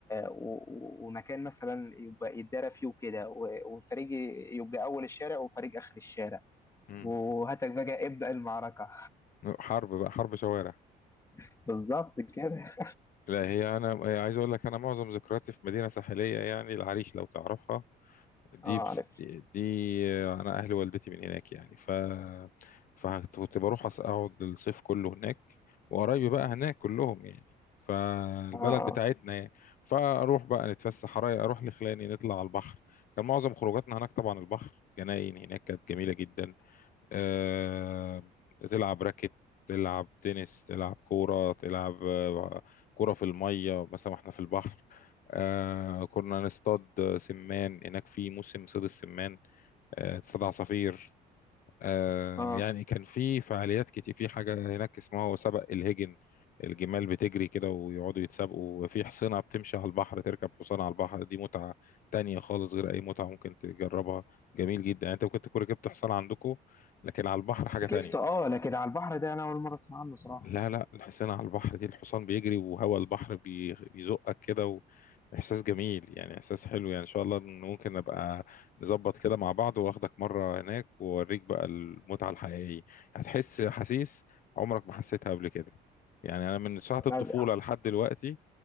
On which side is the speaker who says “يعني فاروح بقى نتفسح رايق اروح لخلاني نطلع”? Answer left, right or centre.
Left